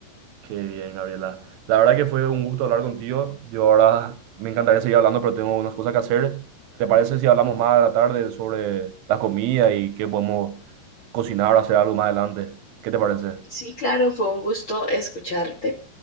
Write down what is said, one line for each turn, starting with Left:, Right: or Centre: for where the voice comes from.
Right: Qué bien, Gabriela. La verdad que fue un gusto hablar contigo. Yo ahora me encantaría seguir hablando, pero tengo unas cosas que hacer. ¿Te parece si hablamos más a la tarde sobre la comida y qué podemos cocinar o hacer algo más adelante? ¿Qué te parece?
Left: Sí, claro, fue un gusto escucharte.